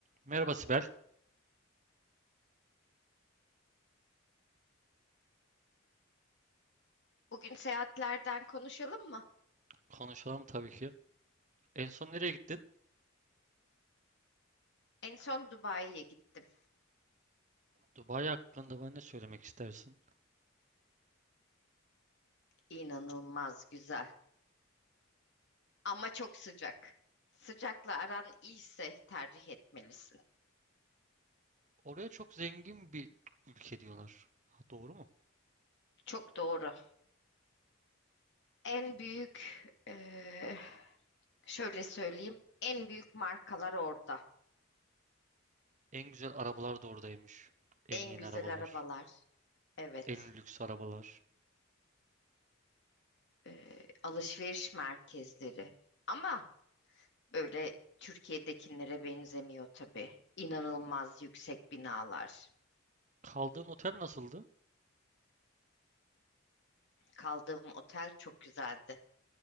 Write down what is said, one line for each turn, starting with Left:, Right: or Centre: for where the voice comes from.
Right: Merhaba Sibel.
Left: Bugün seyahatlerden konuşalım mı?
Right: Konuşalım tabii ki. En son nereye gittin?
Left: En son Dubai'ye gittim.
Right: Dubai hakkında bana ne söylemek istersin?
Left: İnanılmaz güzel ama çok sıcak. Sıcakla aran iyiyse tercih etmelisin.
Right: Oraya çok zengin bir ülke diyorlar. Ha, doğru mu?
Left: Çok doğru. En büyük, eee, şöyle söyleyeyim, en büyük markalar orada.
Right: En güzel arabalar da oradaymış. En
Left: En
Right: yeni
Left: güzel
Right: arabalar.
Left: arabalar. Evet,
Right: En lüks arabalar.
Left: eee, alışveriş merkezleri. Ama böyle Türkiye'dekinlere benzemiyor tabii. İnanılmaz yüksek binalar.
Right: Kaldığın otel nasıldı?
Left: Kaldığım otel çok güzeldi.